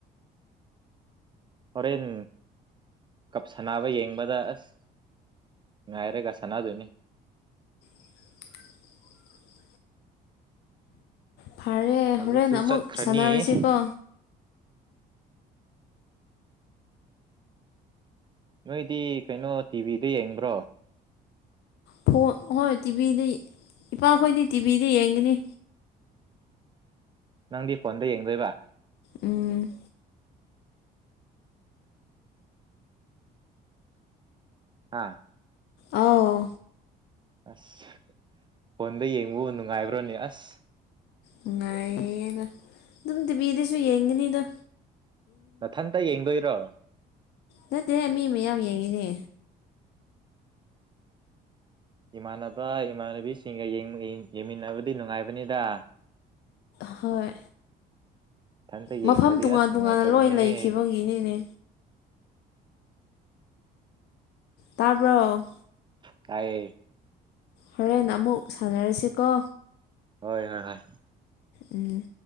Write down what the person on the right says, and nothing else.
ꯍꯣꯔꯦꯟ ꯀꯞ ꯁꯅꯕ ꯌꯦꯡꯕꯗ ꯑꯁ ꯉꯥꯏꯔꯦꯒ ꯁꯥꯟꯅꯗꯣꯏꯅꯤ
ꯍꯧꯖꯤꯛꯁꯨ
ꯆꯠꯈ꯭ꯔꯅꯤ
ꯅꯣꯏꯗꯤ ꯀꯩꯅꯣ ꯇꯤꯚꯤꯗ ꯌꯦꯡꯕ꯭ꯔꯣ
ꯅꯪꯗꯤ ꯐꯣꯟꯗ ꯌꯦꯡꯗꯣꯏꯕ
ꯍꯥꯥ
ꯑꯁ ꯐꯣꯟꯗ ꯌꯦꯡꯕꯨ ꯅꯨꯡꯉꯥꯏꯕ꯭ꯔꯣꯅꯦ ꯑꯁ
ꯅꯊꯟꯇ ꯌꯦꯡꯗꯣꯏꯔꯣ
ꯏꯃꯥꯟꯅꯕ ꯏꯃꯥꯟꯅꯕꯤꯁꯤꯡꯒ ꯌꯦꯡꯕ ꯌꯦꯡꯃꯤꯟꯅꯕꯗꯤ ꯅꯨꯡꯉꯥꯏꯕꯅꯤꯗ
ꯏꯊꯟꯇ ꯌꯦꯡꯕꯗꯤ
ꯑꯁ ꯅꯨꯡꯉꯥꯏꯇꯕꯅꯦꯍꯦ
ꯇꯥꯏꯌꯦ
ꯍꯣꯏ ꯍꯣꯏ ꯍꯣꯏ